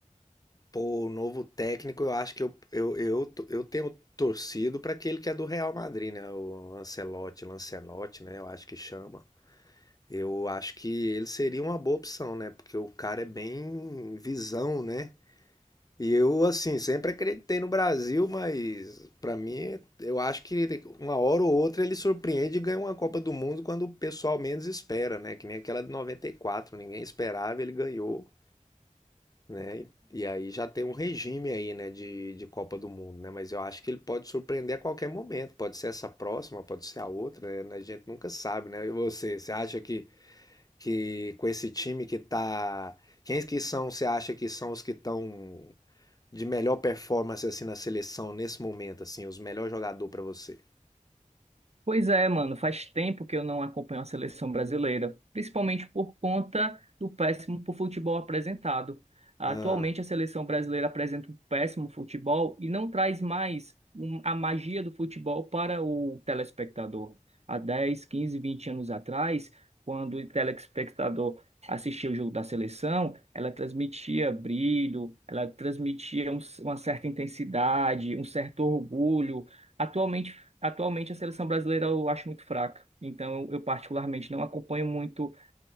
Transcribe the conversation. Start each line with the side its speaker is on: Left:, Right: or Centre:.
Left: Pô, o novo técnico, eu acho que eu, eu, eu, to- eu tenho torcido para aquele que é do Real Madrid, né? O Ancelotti, Lancelotti, né? Eu acho que chama. Eu acho que ele seria uma boa opção, né? Porque o cara é bem visão, né? E eu, assim, sempre acreditei no Brasil, mas para mim, eu acho que uma hora ou outra ele surpreende e ganha uma Copa do Mundo quando o pessoal menos espera, né? Que nem aquela de 94 ninguém esperava, ele ganhou né? E aí já tem um regime aí, né, de, de Copa do Mundo, né? Mas eu acho que ele pode surpreender a qualquer momento. Pode ser essa próxima, pode ser a outra, né? A gente nunca sabe, né? E você, você acha que, que com esse time que tá... Quem que são, você acha que são os que estão de melhor performance, assim, na seleção nesse momento, assim? Os melhores jogadores para você?
Right: Pois é, mano, faz tempo que eu não acompanho a seleção brasileira, principalmente por conta do péssimo futebol apresentado. Atualmente
Left: Ah,
Right: a seleção brasileira apresenta um péssimo futebol e não traz mais um- a magia do futebol para o telespectador. Há dez quinze vinte anos atrás, quando o telespectador assistia o jogo da seleção, ela transmitia brilho, ela transmitia um- uma certa intensidade, um certo orgulho. Atualmente Atualmente a seleção brasileira eu acho muito fraca, então eu eu particularmente não acompanho muito